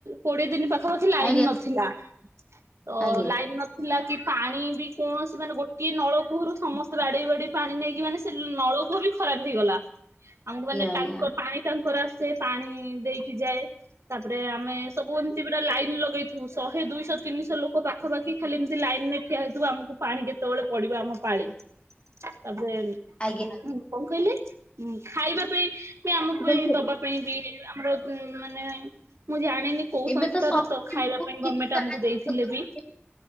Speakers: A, on the right; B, on the left.
A: କୋଡିଏ ଦିନ ପାଖାପାଖି ଲାଇନ୍
B: ଆଜ୍ଞା ଆଜ୍ଞା
A: ନଥିଲା। ତ
B: ଆଜ୍ଞା
A: ଲାଇନ୍ ନଥିଲା କି ପାଣି ବି କୌଣସି ମାନେ ଗୋଟିଏ ନଳ କୂଅରୁ ସମସ୍ତେ ବାଡେଇ ବାଡେଇ ପାଣି ନେଇକି ମାନେ ସେ ଉ କୂଅ ପୁଅ ବି ଖରାପ ହେଇଗଲା। ଆମକୁ ମାନେ
B: ଆଜ୍ଞା ଆଜ୍ଞା
A: ତାଙ୍କର
B: ଆଜ୍ଞା
A: ପାଣି ତାଙ୍କର ସେ ପାଣି ଦେଇକି ଯାଏ। ତାପରେ ଆମେ ସବୁ ଏମତି ପୁରା ଲାଇନ୍ ଲଗେଇଥିବୁ। ଶହେ, ଦୁଇଶହ, ତିନିଶହ, ଲୋକ ପାଖପାଖି ଖାଲି ଏମିତି ଲାଇନରେ ଠିଆ ହେଇଥିବୁ, ଆମକୁ ପାଣି କେତେବେଳେ ପଡିବ। ଏ ଯୋଉ ଆମ ପାଳି, ତା <unintelligible> କଣ
B: ଆଜ୍ଞା
A: କହିଲେ? ଖାଇବା ପାଇଁ ସିଏ ଆମକୁ
B: ମୁଁ କହିଲି
A: ହିଁ ଦବା ପାଇଁ ବି, ଆମର ମାନେ ମୁଁ ଜା ନାଇଁ ନାଇଁ କୋଉ
B: ଏବେ
A: ସଂସ୍ଥାରୁ
B: ସରକାର
A: ତ, ଖାଇବା
B: ବହୁତ
A: ପାଇଁ
B: କିଛି
A: ଗମେଣ୍ଟ
B: ସାହାଯ୍ୟ
A: ଆମକୁ ଦେଇଥିଲେ
B: କରୁଛି,
A: ବି